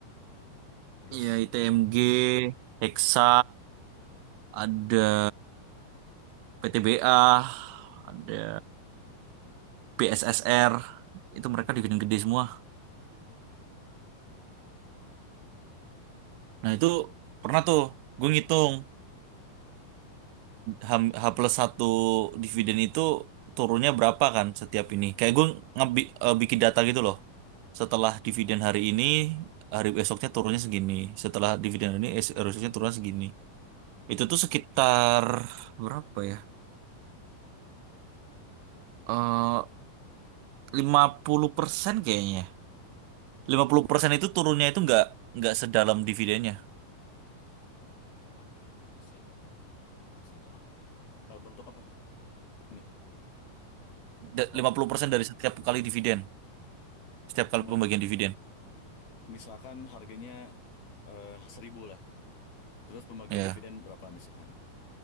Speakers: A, on the left; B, on the right.
A: terus
B: Iya, ITMG, Hexa, ada PTBA, ada BSSR, itu mereka dividen gede semua. Nah itu pernah tuh gue ngitung, H, H plus satu dividen itu turunnya berapa kan setiap ini? Kayak gue ngebi, eh, bikin data gitu loh. Setelah
A: Ya,
B: dividen hari ini, hari esoknya turunnya segini. Setelah dividen hari ini, es- hari esoknya turunnya segini. Itu tuh sekitar berapa ya? Eh 50% kayaknya. 50% itu turunnya itu nggak nggak sedalam dividennya.
A: 50% 50% dalam eh, bentuk apa? Ini
B: Da-
A: mau,
B: lima puluh persen dari setiap kali dividen, setiap kali
A: mau
B: pembagian dividen.
A: misalkan harganya eh 1000 lah. Terus pembagian
B: Ya,
A: dividen berapa misalkan?